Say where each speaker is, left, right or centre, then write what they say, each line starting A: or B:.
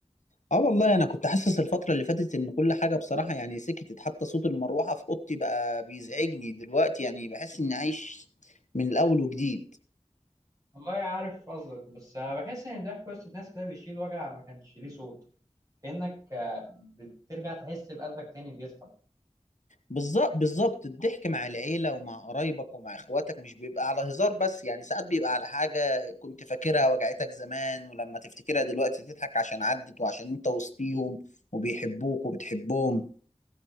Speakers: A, on the left; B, on the right.
A: اه والله انا كنت حاسس الفترة اللي فاتت ان كل حاجة بصراحة يعني سكتت حتى صوت المروحة في اوضتي بقى بيزعجني دلوقتي يعني بحس اني عايش من الاول وجديد
B: والله عارف قصدك بس أنا بحس إن ضحك وسط ناس كده بيشيل وجع ما كانش ليه صوت كأنك آه، بترجع تحس بقلبك تاني بيضحك
A: بالظبط بالظبط الضحك مع العيلة ومع قرايبك ومع اخواتك مش بيبقى على هزار بس يعني ساعات بيبقى على حاجة كنت فاكرها وجعتك زمان ولما تفتكرها دلوقتي تضحك عشان عدت وعشان انت وسطيهم وبيحبوك وبتحبهم